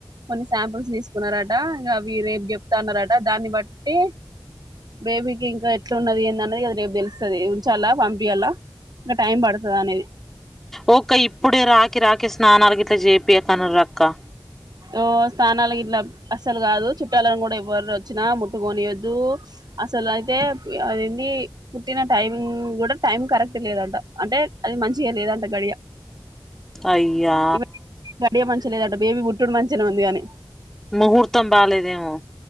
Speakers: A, on the right (about 55°); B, in the centre.
A: కొన్ని శాంపుల్స్ తీసుకున్నారట ఇగ అవి రేపు చెప్తా అన్నారట దాన్ని బట్టి బేబీకి ఇంకా ఎట్లున్నది ఏందన్నది అది రేపు తెలుస్తుది ఉంచాలా పంపియ్యాలా ఇంకా టైం పడుతదా అనేది
B: ఓక్క ఇప్పుడే రాకి రాకి స్నానాలు గిట్లా చేపియ్యకు అనురక్కా
A: ఓ స్థానాలకు ఇట్లా అస్సలు గాదు చుట్టాలను కూడా ఎవరోచ్చినా ముట్టుకొనియద్దు అసలు అయితే పి అదేంది పుట్టిన టైమింగ్ కూడా టైం కరెక్ట్ లేదంట అంటే అది మంచిగా లేదంట గడియ
B: అయ్యా
A: ఈమె గడియ మంచిగ లేదట బేబీ బుట్డుడు మంచిగనే ఉందిగానీ
B: ముహూర్తం బాలేేదేమో